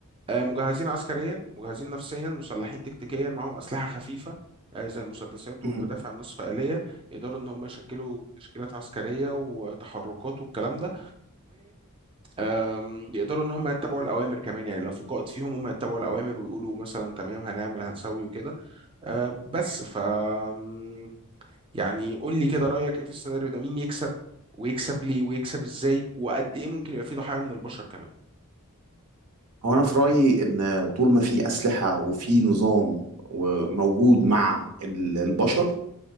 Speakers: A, on the right; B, on the right.
A: آه، مجهزين عسكريا مجهزين نفسيا مسلحين تكتيكيا معاهم أسلحة خفيفة آه، زي المسدسات
B: مم.
A: والمدافع النصف آلية يقدروا إن هم يشكلوا تشكيلات عسكرية وتحركات والكلام ده ويقدروا إن هم يتبعوا الأوامر كمان يعني لو في قائد فيهم هم يتبعوا الأوامر ويقولوا مثلا تمام هنعمل هنسوي وكده آه، بس ف آم، يعني قول لي كده رأيك إيه في السيناريو ده مين يكسب ويكسب ليه ويكسب إزاي وقد إيه ممكن يبقى فيه ضحايا من البشر كمان
B: هو انا في رايي ان طول ما في اسلحه وفي نظام وموجود مع ال- البشر